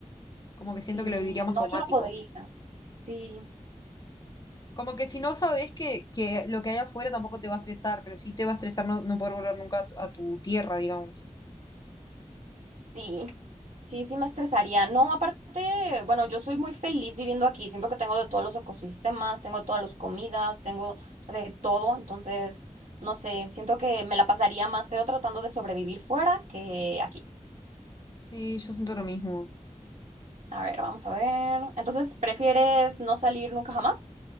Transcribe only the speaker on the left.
Como que siento
que lo viviría más
traumático.
Como que si no sabes que, que lo que hay afuera tampoco te va a estresar, pero sí te va a estresar no, no poder volver nunca a tu, a tu tierra, digamos.
Sí, yo siento lo mismo.